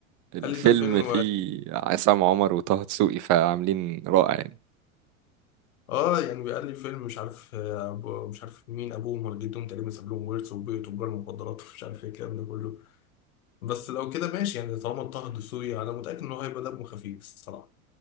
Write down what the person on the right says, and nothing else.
الفيلم
فيه عصام عمر وطه دسوقي فعاملين رائع يعني